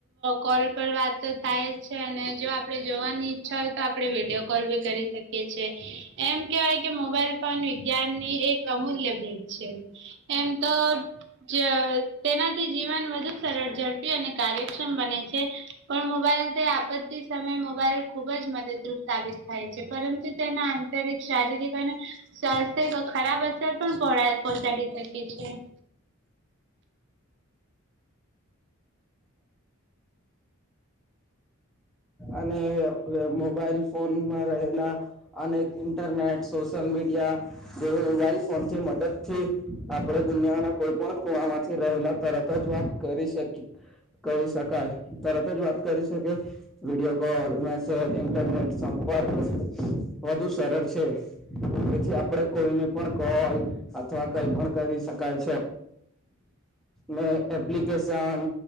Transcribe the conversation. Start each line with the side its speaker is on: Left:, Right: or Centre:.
Right: કોલ પર વાત થાય છે અને જો આપે જોવાની ઈચ્છા તો આપડણે વિડીયો કોલ ભી કરી શકીએ છીએ એમ કેવાય કે મોબાઈલ ફોન વિજ્ઞાનની એક અમૂલ્ય ભેદ છે એમ તો ઘર તેનાથી જીવન વધુ સરળ ઝડપી અને કાર્યક્ષમ બને છે પણ મોબાઈલ બથી આપત્તી સમયે મોબાઈલ ખુબ જ મદદરૂપ સાબિત થાય છે પરંતુ તેના આંતરિક શારીરિક અને સ્વાસ્થ્યિક ખરાબ અસર પણ પહોંચાડી શકે એ છે
Centre: અને મોબાઈલ ફોનમાં રહેલા અનેક ઇન્ટરનેટ સોશિયલ મીડિયા જે મોબાઈલ ફોન થી મદદ થી આપણે દુનિયાના કોઈ પણ ખૂણા માંથી રહેલા તરત જ વાત કરી શકી કરી શકાય તરત જ વાત કરી શકે વિડીિયો કોલ મેસેજ ઇન્ટરનેટ સંપર્ક વધુ સરળ છે તેથી આપડે કોઈને પણ કોલ અથવા કઈ પણ કરી શકાય છે
Right: <inaudible>
Centre: ને એપ્લિકેશન